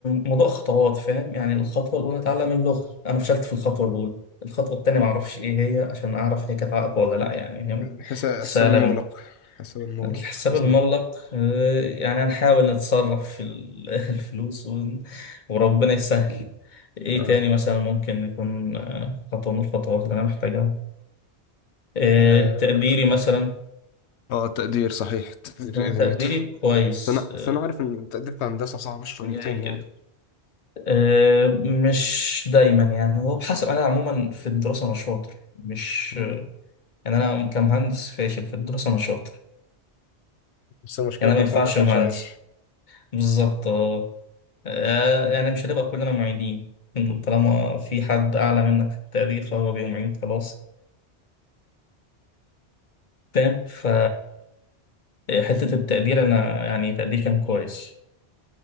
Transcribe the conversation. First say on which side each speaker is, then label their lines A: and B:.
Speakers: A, on the left; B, on the left.
A: موضوع خطوات فاهم يعني الخطوة الأولى أتعلم اللغة أنا فشلت في الخطوة الأولى الخطوة التانية معرفش إيه هي عشان أعرف هي كانت عائق ولا لأ يعني هي
B: الحساب
A: سهلة
B: حساب المغلق حساب المغلق
A: الحساب
B: تسمع
A: المغلق آه، يعني هنحاول نتصرف في ال- <laughs> الفلوس ون- وربنا يسهل ايه
B: اه
A: تاني مثلا ممكن يكون آه، خطوة من الخطوات اللي انا محتاجها آه،
B: اه
A: تقديري مثلا
B: آه، تقدير صحيح تقدير
A: آه،
B: إيه
A: تقديري
B: نيوتن
A: كويس
B: انا
A: آه،
B: بس انا عارف ان التقدير في الهندسه صعب شويتين
A: جاي
B: يعني
A: كده آه، مش دايما يعني هو بحسب انا عموما في الدراسة انا شاطر مش
B: مم.
A: آه، يعني انا كمهندس فاشل في الدراسة انا شاطر
B: بس المشكله
A: يعني
B: الدراسه
A: انا ما ينفعش
B: ما بتاكلش
A: مهندس
B: عيش
A: بالظبط
B: بس
A: اه آه، يعني مش هنبقى كلنا معيدين طالما في حد أعلى منك في التقدير فهو بيبقى معيد خلاص فاهم ف حتة التقدير أنا يعني تقديري كان كويس